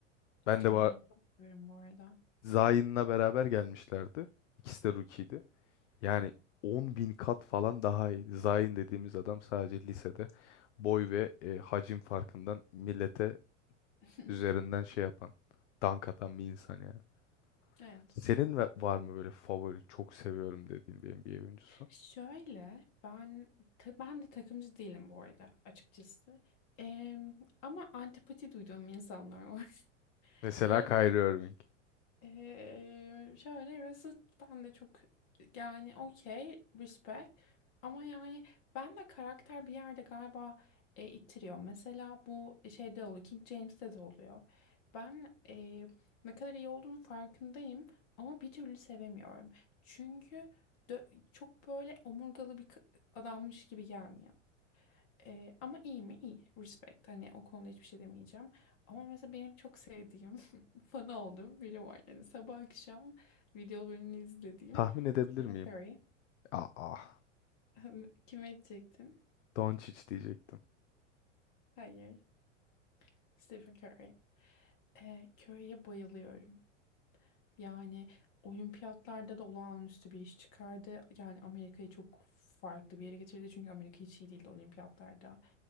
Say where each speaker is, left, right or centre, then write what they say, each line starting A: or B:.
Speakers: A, on the left (about 75°); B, on the left (about 55°).
A: Ben
B: John
A: de ba-
B: Wayne'i çok severim bu arada.
A: Zion'la beraber gelmişlerdi. İkisi de rookie'ydi. Yani 10 bin kat falan daha iyi. Zion dediğimiz adam sadece lisede boy ve e, hacim farkından millete
B: <laughs>
A: üzerinden şey yapan, dank atan bir insan yani.
B: Evet.
A: Senin ve- var mı böyle favori çok seviyorum dediğin bir NBA oyuncusu?
B: Şöyle ben ta- ben de takımcı değilim bu arada açıkçası. Em, ama antipati duyduğum insanlar var. <laughs>
A: Mesela
B: Ve
A: Kyrie Irving.
B: ee, şöyle burası ben de çok yani okey respect ama yani ben de karakter bir yerde galiba e, ittiriyor. Mesela bu şeyde oluyor King James'te de oluyor. Ben e, ne kadar iyi olduğunun farkındayım ama bir türlü sevemiyorum. Çünkü dö- çok böyle omurgalı bir k- adammış gibi gelmiyor. Ee, ama iyi mi? İyi. Respect. Hani o konuda hiçbir şey demeyeceğim. Ama mesela benim çok sevdiğim, <laughs> fanı olduğum biri var. Yani sabah akşam videolarını izlediğim
A: Tahmin edebilir
B: Stephen
A: miyim?
B: Curry.
A: Ah, ah.
B: <laughs> Kime edecektin?
A: Doncic diyecektim.
B: Hayır. Stephen Curry. Ee, Curry'e bayılıyorum. Yani olimpiyatlarda da olağanüstü bir iş çıkardı. Yani Amerika'yı çok farklı bir yere getirdi. Çünkü Amerika hiç iyi değildi olimpiyatlarda.